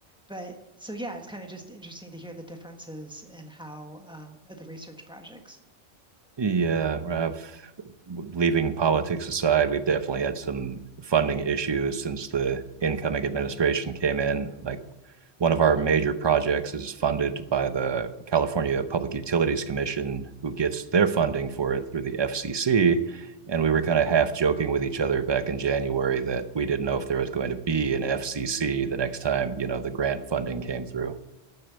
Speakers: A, in the centre; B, on the right.
A: but so yeah, it's kind of just interesting to hear the differences in how, um, the research projects.
B: Yeah, I've, leaving politics aside, we've definitely had some funding issues since the incoming administration came in. Like one of our major projects is funded by the California Public Utilities Commission, who gets their funding for it through the FCC. And we were kind of half joking with each other back in January that we didn't know if there was going to be an FCC the next time, you know, the grant funding came through.